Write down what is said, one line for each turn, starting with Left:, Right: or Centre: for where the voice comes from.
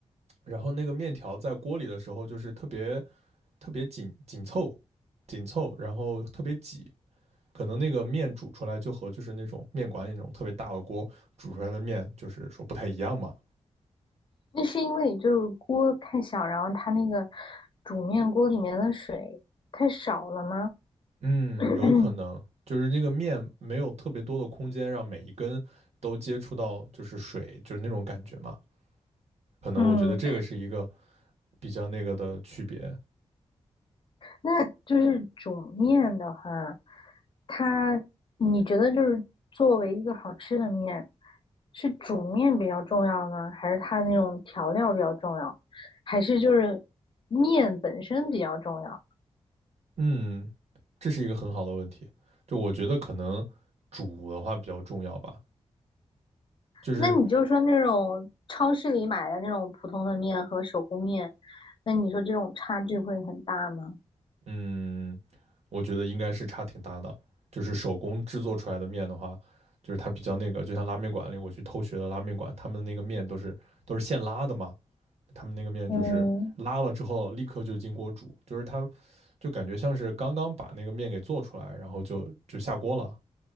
Right: 然后那个面条在锅里的时候，就是特别特别紧紧凑、紧凑，然后特别挤。可能那个面煮出来就和就是那种面馆里那种特别大的锅煮出来的面，就是说不太一样嘛。
Left: 那是因为就是锅太小，然后它那个煮面锅里面的水太少了吗？
Right: 嗯，
Left: <clears throat>
Right: 有可能就是那个面没有特别多的空间让每一根都接触到就是水，就是那种感觉嘛。可能我觉得这个是一个
Left: 嗯，
Right: 比较那个的区别。
Left: 那就是煮面的话，它你觉得就是作为一个好吃的面，是煮面比较重要呢，还是它那种调料比较重要，还是就是面本身比较重要？
Right: 嗯，这是一个很好的问题。就我觉得可能煮的话比较重要吧，就是
Left: 那你就说那种超市里买的那种普通的面和手工面，那你说这种差距会很大吗？
Right: 嗯，我觉得应该是差挺大的。就是手工制作出来的面的话，就是它比较那个，就像拉面馆里我去偷学的拉面馆，他们那个面都是都是现拉的嘛，他们那个面就是拉了之后立刻就进锅煮，
Left: 嗯，
Right: 就是它就感觉像是刚刚把那个面给做出来，然后就就下锅了，